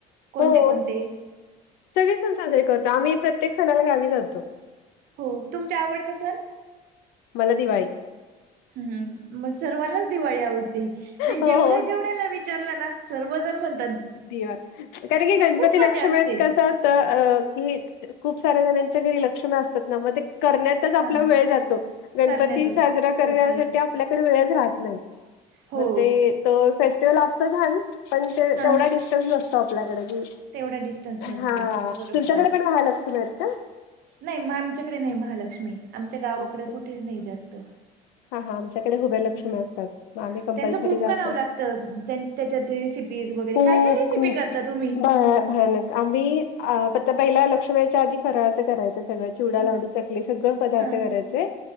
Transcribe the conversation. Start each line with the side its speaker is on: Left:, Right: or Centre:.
Right: कोणते
Left: हो
Right: कोणते?
Left: सगळे सण साजरे करतो. आम्ही प्रत्येक सणाला गावी जातो.
Right: हो तुमच्या आवडतं सण?
Left: मला दिवाळी
Right: हम्म मग सर्वांलाच दिवाळी आवडते मी
Left: हो
Right: जेवढ्या जेवढ्याला विचार सर्वजण म्हण
Left: दिवा कारण की गणपती लक्षम
Right: मजा असते
Left: आहेत कसं की खूप साऱ्या जच्या घरी लक्ष असतात ना मग ते कर
Right: हा
Left: आपला वेळ जातो गणपती
Right: करण्यातच
Left: साजरा करण्यासाठी
Right: ओके
Left: आपल्याकडे वेळच राहतो नाही
Right: हो
Left: म ते तर फेस्टिवल असत ान पण तेवढा
Right: हा
Left: दि त आपल्याकडे क
Right: तेवढा डिस्टन्स नसतो
Left: ह
Right: बरोबर
Left: तुमच्याकडे पण महालक्षमी आहेत का
Right: नाही म आमच्याकडे नाही महालक्ष्मी आमच्या गावाकडे
Left: ओके
Right: कुठे नाही जास्त
Left: हा हा आमच्याकडे हुबे लक्ष्मी
Right: ह
Left: असतात मग आम्ही कंपल्सरी
Right: त्यांचं खूप
Left: जाते
Right: करावं लागतं त्याच्यात रेसिपीज वगैरे
Left: खूप
Right: काय काय रेसिपी
Left: खूप
Right: करता तुम्ही
Left: भ भयानक आ्ही अ आता पहिला लक्ष व्यायच्या आधी फराळाचं करायचं सगळं चिवडा
Right: ह
Left: लाडू चकले सगळं पदार्थ
Right: हा
Left: करायचे